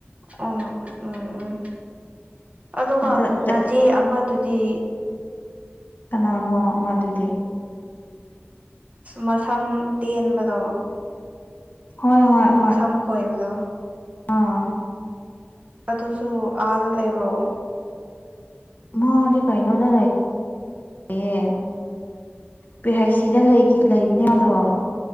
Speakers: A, on the right (about 35°); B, on the left (about 45°).
A: ꯎꯝ ꯎꯝ ꯎꯝ ꯎꯝ ꯑꯗꯨꯒ
B: ꯑꯗ
A: ꯅꯆꯦ ꯑꯃꯗꯨ ꯇ
B: ꯀꯅꯥꯅꯣ ꯑꯃꯗꯨꯗꯤ
A: ꯃꯁꯝ ꯇꯦꯟꯕꯗꯣ
B: ꯍꯣꯏ ꯍꯣꯏ ꯍꯣꯏ
A: ꯃꯁꯝ ꯈꯣꯏꯕꯗꯣ
B: ꯑꯥ
A: ꯑꯗꯨꯁꯨ ꯑ ꯂꯩꯕ꯭ꯔꯣ
B: ꯃ ꯑꯗꯤꯅꯗ ꯑꯦ ꯄꯤ ꯍꯥꯏꯩ ꯁꯤꯗ ꯂꯩꯕꯅꯦꯗꯣ